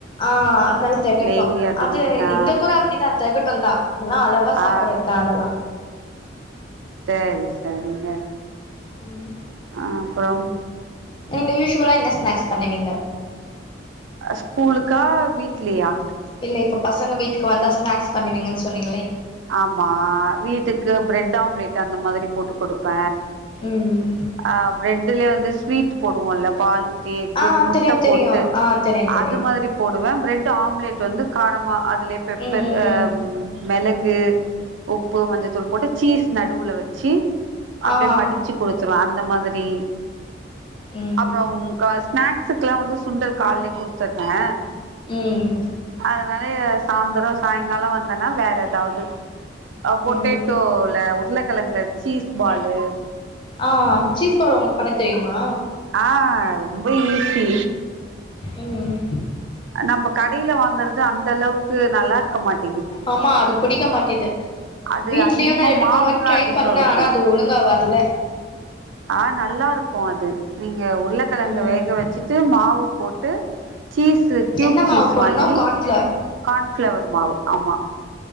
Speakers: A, on the left; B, on the right.
A: ஆஹ் அதனால தகட்டு
B: நெய் அந்த
A: அது
B: மாதிரி ஆ
A: எங்க கூட அப்படிதான் தகட்டுதா அதெல்லா அளவா சாப்றதா
B: ஆ
A: அதெல்லா
B: சரி சரிங்க
A: உம்
B: அஹ் அப்புறோ
A: நீங்க யூசுவலா எந்த ஸ்நாக்ஸ் பண்ணுவீங்க
B: ஸ்கூல்லுக்கா வீட்லயா
A: இல்ல இப்ப பசங்க வீட்டுக்கு வந்தா ஸ்நாக்ஸ் பண்ணுவீங்கன் சொன்னிங்
B: ஆமா வீட்டுக்கு பிரெட் ஆம்லெட் அந்த மாதிரி போட்டு கொடுப்
A: ம்
B: ஆஹ் பிரெடலயே வந்து ஸ்வீட் போடுவோல்ல பாலு எக்கு
A: ஆ
B: முட்ட
A: தெரியு
B: போட்டு
A: தெரியு ஆ தெரியு
B: அது
A: தெரியு
B: மாதிரி போடுவே பிரெட் முட்ட ஆம்லேட் வந்து காரமா அதுல பெப்பர்
A: ம்
B: அஹ்ம்
A: ம்
B: மெளகு உப்பு மஞ்சத்தூள் போட்டு சீஸ் நடுவுல வச்சு அப்டியே
A: ஆ
B: மடிச்சு குடுத்துரு அந்த மாதிரி தீ
A: ம்
B: அப்புற கா ஸ்நாக்ஸுக்குல்லா வந்து சுண்டல் காலயே குடுத்துடுறே
A: ம்
B: அதனால சாந்திரஸ் சாயங்கால வந்தேன்னா வேற எது ஆ பொட்டோட்டோல
A: ம்
B: உருளக்கிழங்குல சீஸ் பாலு
A: ஆஹ் சீஸ் பாலு உங்களுக்கு பண்ண தெரியுமா
B: ஆஹ் ரொம்ப ஈசி
A: ம்
B: நம்ம கடில வாங்கறது அந்த அளவுக்கு நல்லா இருக்க மாட்டேங்
A: ஆமா அது புடிக்க மாட்டிது
B: அது
A: வீட்லயு
B: அதிகமா
A: நான் ரெண்டு
B: மாவு
A: மூணு வதி
B: தா
A: ட்ரை
B: அதிகோ
A: பண்ணேன்
B: இருக்கு
A: ஆனா அது ஒழுங்கா வரல
B: ஆஹ் நல்லா இருக்கு அது நீங்க உர்ளக்கிழங்க
A: ம்
B: வேக வச்சுட்டு மாவு போட்டு சீஸ் கியூப்
A: என்ன மாவு
B: சீஸ்
A: போட்ணு
B: வாங்கி
A: கார்ன்ஃப்ளார்
B: கார்ன்ஃப்ளவர் மா ஆமா